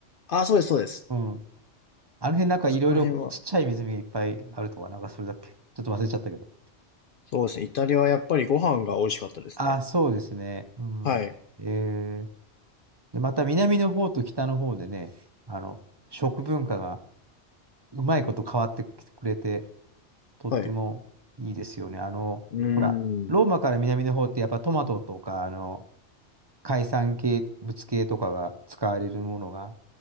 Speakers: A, on the left; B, on the right.
A: あ、そうです、そうです。
B: うん。あの辺なんかいろいろちっちゃい湖がいっぱいあるとか、
A: あそこら辺は。
B: なんかそれだっけ。ちょっと忘れちゃったけど。
A: そうですね。イタリアはやっぱりご飯が美味しかったですね。
B: あ、そうですね。うん。
A: はい。
B: えー、で、また南の方と北の方でね、あの、食文化がうまいこと変わってきてくれて、とってもいいですよね。
A: はい。
B: あの、
A: うーん。
B: ほら、ローマから南の方ってやっぱトマトとか、あの、海産系物系とかが使われるものが